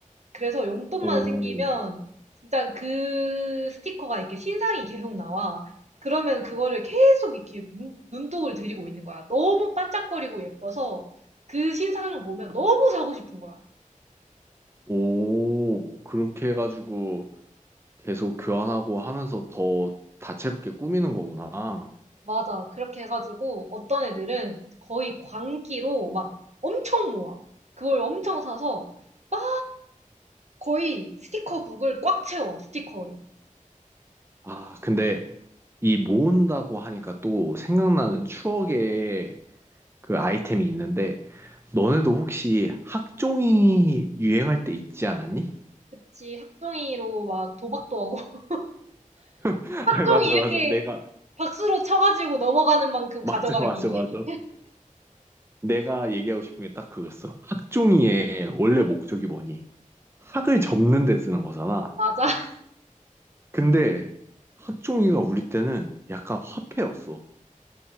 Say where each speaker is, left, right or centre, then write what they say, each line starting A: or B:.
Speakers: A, on the right; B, on the right.
A: 그래서 용돈만
B: 오,
A: 생기면 진짜 그 스티커가 이렇게 신상이 계속 나와. 그러면 그거를 계속 이렇게 눈- 눈독을 들이고 있는 거야. 너무 반짝거리고 예뻐서 그 신상을 보면 너무 사고 싶은 거야.
B: 오, 그렇게 해가지고 계속 교환하고 하면서 더 다채롭게 꾸미는 거구나.
A: 맞아. 그렇게 해가지고 어떤 애들은 거의 광기로 막 엄청 모아. 그걸 엄청 사서 막 거의 스티커북을 꽉 채워, 스티커로.
B: 아, 근데 이 모은다고 하니까 또 생각나는 추억의 그 아이템이 있는데 너네도 혹시 학종이 유행할 때 있지 않았니?
A: 그치, 학종이로 막 도박도 하고. <laughs>
B: <laughs>
A: 학종이
B: 아니, 맞아,
A: 이렇게
B: 맞아. 내가,
A: 박수로 쳐가지고 넘어가는 만큼
B: 맞아,
A: 가져가기.
B: 맞아,
A: <laughs>
B: 맞아. 내가 얘기하고 싶은 게 딱 그거였어. 학종이의 원래 목적이 뭐니? 학을 접는 데 쓰는 거잖아.
A: 맞아.
B: 근데 학종이가 우리 때는 약간 화폐였어.